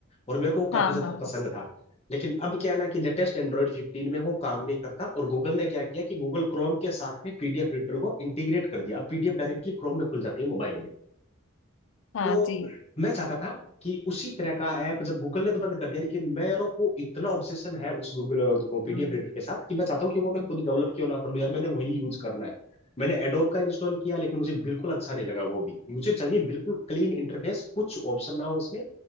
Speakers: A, on the left; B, on the left.
A: और मेरे को वो
B: हाँ
A: काफी ज्यादा
B: हाँ
A: पसंद
B: हाँ
A: था लेकिन अब क्या है ना कि लेटेस्ट एंड्रॉइड 15 में वो काम नहीं करता और गूगल ने क्या किया कि गूगल क्रोम के साथ में पीडीएफ रीडर को इंटीग्रेट कर दिया अब पीडीएफ डायरेक्टली क्रोम में खुल जाती है मोबाइल में
B: हाँ
A: तो
B: जी
A: मैं चाहता था कि उसी तरह का ऐप जब गूगल ने तो बंद कर दिया लेकिन मेरे को इतना ऑब्सेशन है उस गूगल को पीडीएफ
B: हाँ
A: रीडर के साथ कि मैं चाहता हूँ कि वो मैं खुद डेवलप क्यों ना कर लूँ यार मैंने वही यूज करना है मैंने एडोब का इंस्टॉल किया लेकिन मुझे बिल्कुल अच्छा नहीं लगा वो भी मुझे चाहिए बिल्कुल क्लीन इंटरफेस कुछ ऑप्शन ना हो उसमें